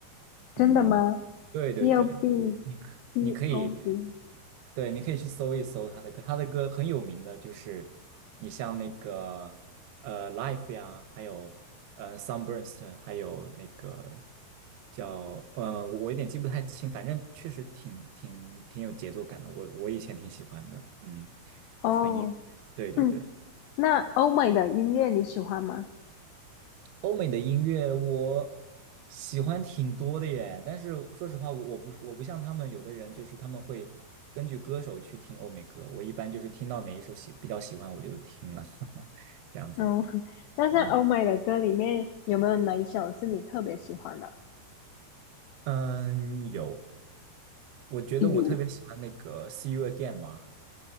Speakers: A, on the left; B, on the right.
A: 真的吗
B: 嗯，对对对，
A: p o b
B: 我你可你可以。
A: P o b
B: 对，你可以去搜一搜他的歌，他的歌很有名的，就是你像那个呃《Life》呀，还有呃《Sunburst》，还有那个叫呃，我有点记不太清，反正确实挺挺挺有节奏感的，我我以前挺喜欢的，嗯，
A: 哦，
B: 纯音，对对对。
A: 嗯，那欧美的音乐你喜欢吗？
B: 欧美的音乐我喜欢挺多的耶，但是说实话，我我不我不像他们有的人，就是他们会根据歌手去听欧美歌，我一般就是听到哪一首喜比较喜欢我就听了，<laughs> 这样子。
A: 嗯，<laughs> 那像欧美的歌里面有没有哪一首是你特别喜欢的？
B: 嗯嗯，有，我觉得我特别喜欢那个《See
A: 比如
B: You Again》嘛，